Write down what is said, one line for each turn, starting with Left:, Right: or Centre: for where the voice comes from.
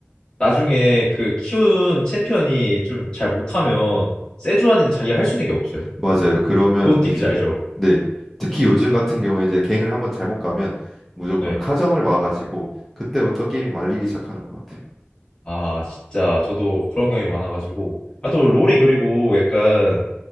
Left: 나중에 그 키운 챔피언이 좀 잘 못하면 세주환이는 자기가 할 수 있는 게 없어요.
Centre: 맞아요. 그러면
Left: 뭔 느낌인지
Centre: 이제
Left: 알죠?
Centre: 네. 특히 요즘 같은 경우에 이제 갱을 한번 잘못 가면 무조건
Left: 네.
Centre: 카정을 와가지고 그때부터 게임이 말리기 시작하는 것 같아요.
Left: 아 진짜 저도 그런 경험이 많아가지고
Centre: 네.
Left: 아 또 롤이 그리고 약간